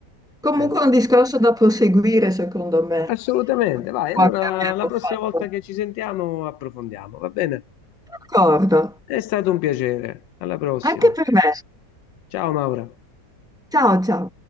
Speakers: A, in the centre; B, on the left.
A: comunque
B: ahimè.
A: è un discorso da proseguire secondo me,
B: Assolutamente,
A: quello
B: vai. Allora,
A: che abbiamo
B: la prossima
A: fatto.
B: volta che ci sentiamo approfondiamo, va bene?
A: D'accordo,
B: È stato un piacere. Alla prossima.
A: anche per me.
B: Ciao Maura.
A: Ciao ciao.